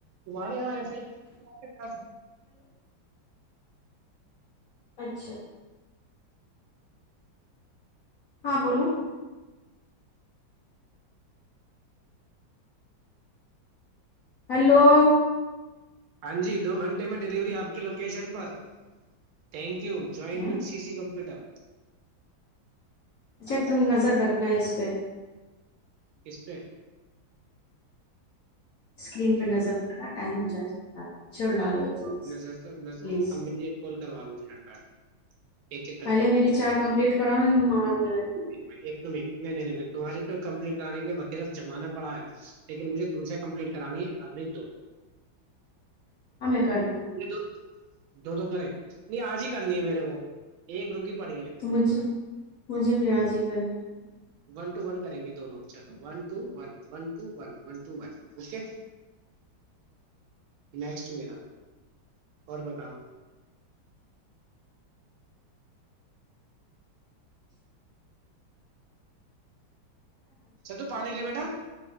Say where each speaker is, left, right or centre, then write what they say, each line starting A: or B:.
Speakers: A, on the right; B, on the left.
A: تمہارے یہاں ایسا ہی
B: اچھا ہاں بولو ہلو
A: ہاں جی دو گھنٹے میں ڈلیوری آپ کی لوکیشن پر تھینک یو یوائنٹ
B: کیا
A: سی سی کمپیوٹر
B: اچھا تم نظر رکھنا ہے اس پہ
A: کس پہ
B: اسکرین پہ نظر رکھنا ٹائم ہو جائے تو بتا دینا چل ڈالو جلدی سے
A: نظر تو ن
B: پلیز
A: ہمری ایک کال کروا مجھے ہڈ پ ایک ایک کرتے
B: پہلے
A: یں
B: میری چار کمپلیٹ کراؤ ماروں گی میں تمہیں
A: نہیں نہیں نہیں تمہاری تو کمپلیٹ کرانے کے لیے بتییرف جمانا پڑا ہے لیکن مجھے تم سے کمپلیٹ کرانی ہے ابنی دو
B: ہم میں کر دوں گی نا
A: یہ دو دو دو کریں نہیں آج ہی کرنی ہے میرے کو ایک رکی پڑی ہے
B: تو مجھے مجھے بھی راض ہی کرنی ہے
A: ون ٹو ون کریں گے دونوں چلو one two two one one two one one two one okay next میرا اور بتاؤ اچھا تو پانی لے بیٹا